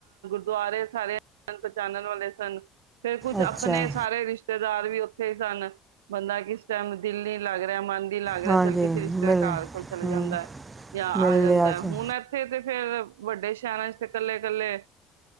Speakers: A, on the right (about 85°); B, on the right (about 25°).
A: ਦੁਆਰੇ ਸਾਰੇ ਆਨਨ- ਪਚਾਚਨ ਵਾਲੇ ਸਨ। ਫਿਰ ਕੁਛ
B: ਅੱਛਾ
A: ਅਪਨੇ ਸਾਰੇ ਰਿਸ਼ਤੇ ਦਾਰ ਵੀ ਉੱਥੇ ਹੀ ਸਨ ਬੰਦਾ ਕਿਸ ਟਾਈਮ ਦਿਲ ਨਹੀਂ ਲੱਗ ਰਿਹਾ, ਮਨ ਲੱਗਦਾ
B: ਹਾਂਜੀ
A: ਚੱਲ ਕਿਸੇ ਰਿਸ਼ਤੇ
B: ਮਿਲ
A: ਘਰ ਕੋਲ ਚਲੇ
B: ਹੂੰ
A: ਜਾਂਦਾ, ਯਾ
B: ਮਿਲ
A: ਆ ਜਾੰਦੈ।
B: ਲਿਆ ਜੀ
A: ਹੁਨ ਐਥੇ ਤੇ ਫਿਰ, ਵਡੇ ਇਕੱਲੇ -ਇਕੱਲੇ